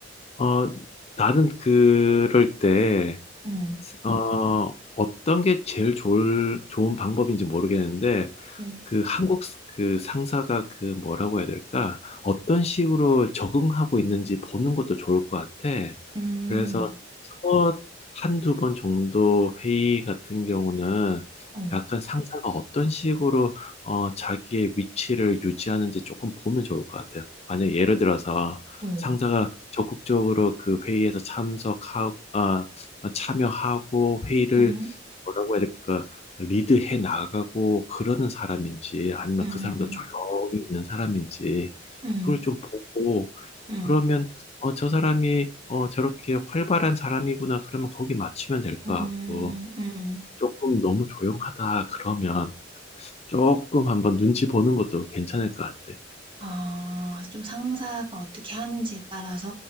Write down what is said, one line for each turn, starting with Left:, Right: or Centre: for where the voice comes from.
Left: 어, 나는 그럴 때,
Right: 응,
Left: 어 어떤 게 제일 좋을 좋은 방법인지 모르겠는데
Right: 응.
Left: 그 한국 스- 그 상사가 그 뭐라고 해야 될까? 어떤 식으로 적응하고 있는지 보는 것도 좋을 것 같아.
Right: 음,
Left: 그래서 첫 한두 번 정도 회의 같은 경우는
Right: 어,
Left: 약간 상사가 어떤 식으로 어, 자기의 위치를 유지하는지 조금 보면 좋을 것 같아요. 만약 예를 들어서
Right: 응.
Left: 상사가 적극적으로 그 회의에서 참석하고, 아, 아, 참여하고 회의를
Right: 음.
Left: 뭐라고 해야 될까? 리드해 나가고 그러는 사람인지 아니면
Right: 음음.
Left: 그 사람도 조용히 있는 사람인지
Right: 음.
Left: 그걸 좀 보고
Right: 음.
Left: 그러면 어, 저 사람이 어, 저렇게 활발한 사람이구나 그러면 거기 맞추면 될 것
Right: 음.
Left: 같고
Right: 음음.
Left: 조금 너무 조용하다 그러면 조금 한번 눈치 보는 것도 괜찮을 것 같아.
Right: 아 좀 상사가 어떻게 하는지에 따라서